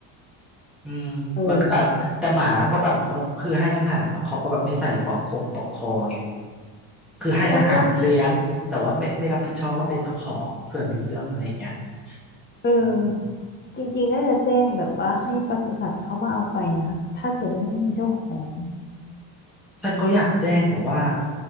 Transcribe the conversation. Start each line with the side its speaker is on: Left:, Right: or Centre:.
Centre: อืมแล้วก็แต่แต่หมาก็แบบแล้วคือให้อาหารเนาะเขาก็แบบไม่ใส่ปลอกคงปลอกคอไง
Left: เออ
Centre: คือให้อาหารเลี้ยงแต่ว่าไม่ไม่รับผิดชอบว่าเป็นเจ้าของเผื่อมีเรื่องอะไรอย่างเงี้ย
Left: ฉันว่าจริงอ๋อเออจริงๆน่าจะแจ้งแบบว่าให้ปศุสัตว์เขามาเอาไปนะถ้าเกิดว่าไม่มีเจ้าของ
Centre: อืม ฉันก็อยากแจ้งแบบว่า